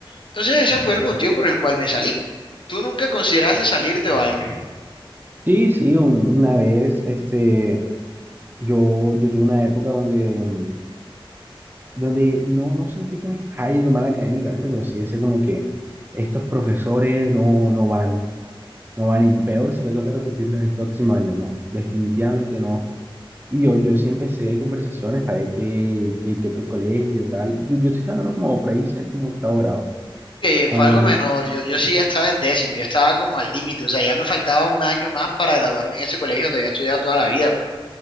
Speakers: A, on the left; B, on the right.
A: Entonces ese fue el motivo por el cual me salí. ¿Tú nunca consideraste salirte o algo?
B: Sí, sí, un- una vez, este, yo, yo tuve una época donde, mm, donde no, no sentí que me estaba yendo mal académicamente, pero sí decía como que estos profesores no, no van, no van, y peor si me toca repetirlos el próximo año, no, definitivamente no. Y yo, yo sí empecé conversaciones para ver qué, qué, qué otro colegio, tal. Yo, yo te estoy hablando como por ahí, séptimo, octavo grado.
A: Que
B: Am,
A: fue algo menor. Yo, yo sí ya estaba en décimo, ya estaba como al límite. O sea, ya me faltaba un año más para graduarme en este colegio donde había estudiado toda la vida, pero,